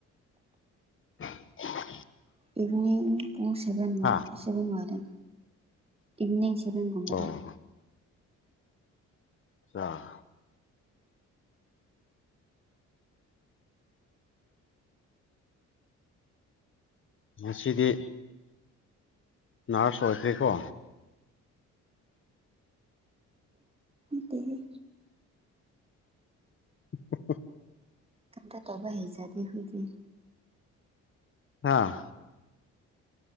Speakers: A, on the left; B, on the right.
A: <unintelligible>
B: ꯏꯚꯅꯤꯡ ꯄꯨꯡꯚꯦꯟꯚꯦꯟ ꯅꯨꯡꯗ
A: ꯍꯥ
B: ꯏꯅꯦ ꯆꯕꯟ ꯀꯨꯝꯕꯗ
A: ꯑꯣ ꯑ ꯉꯁꯤꯗꯤ ꯅꯔꯁ ꯑꯣꯏꯈ꯭ꯔꯦꯀꯣ
B: ꯎ
A: <unintelligible>
B: ꯀꯟꯇ ꯇꯧꯕ ꯍꯩꯖꯗꯦ ꯍꯨꯣꯏꯗꯤ
A: ꯍꯥꯥ